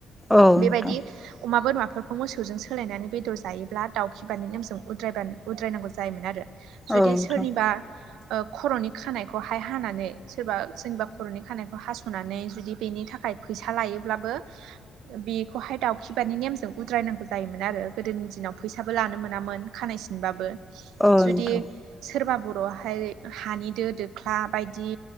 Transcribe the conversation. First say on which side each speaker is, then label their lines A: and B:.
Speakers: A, in the centre; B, on the right (about 90°).
A: औ नोंथां
B: बेबायदि अमा बोरमाफोरखौ मोसौजों सोलायनानै बेदर जायोब्ला दाउखिबादनि नेमजों उद्रायबानो उद्रायनांगौ जायोमोन आरो जुदि
A: औ नोंथां
B: सोरनिबा ओ खर'नि खानायखौहाय हानानै सोरबा सोरनिबा खर'नि खानायखौ हास'नानै जुदि बेनि थाखाय फैसा लायोब्लाबो बेखौहाय दाउखिबादनि नेमजों उद्रायनांगौ जायोमोन आरो गोदोनि दिनाव फैसाबो लानो मोनामोन। खानाय सिनबाबो
A: औ नोंथां
B: जुदि सोरबा बर'आहाय हानि दो दोख्ला बायदि